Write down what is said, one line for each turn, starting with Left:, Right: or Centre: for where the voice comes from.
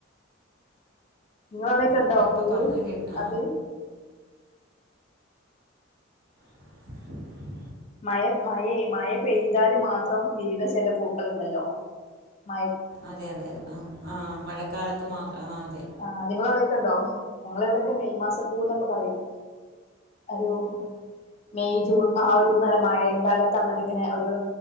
Left: നിങ്ങളവിടൊക്കെ
Right: ആ,
Left: ഇണ്ടോ
Right: ഇപ്പൊ
Left: പൂവ്
Right: പറഞ്ഞത് കേ ആ
Left: അത്
Right: <unintelligible>
Left: മയ മയ മയേയ് പെയ്താല് മാത്രം വിരീന്ന ചെല പൂക്കള് ഇണ്ടല്ലോ മ
Right: അതെ അതെ അതെ ആഹ് ആഹ് മഴക്കാലത്ത് മാത്ര ആഹ് അതെ
Left: ആ നിങ്ങളവിടെക്കെ ഇണ്ടോ ഞങ്ങളിവിടെക്കെ മെയ് മാസ പൂവ് എന്നൊക്കെ പറയും ഒരു മെയ് ജൂൺ ആ ഒരു നല്ല മയ കാലത്തണതിങ്ങനെ ഒരു